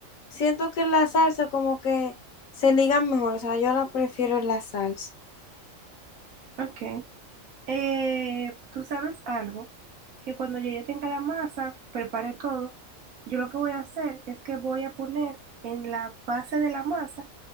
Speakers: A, on the left; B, on the right.
A: siento que la salsa como que se liga mejor, o sea, yo la prefiero en la salsa.
B: Ok. Eh, tú sabes algo, que cuando yo ya tenga la masa, prepare todo, yo lo que voy a hacer es que voy a poner en la base de la masa,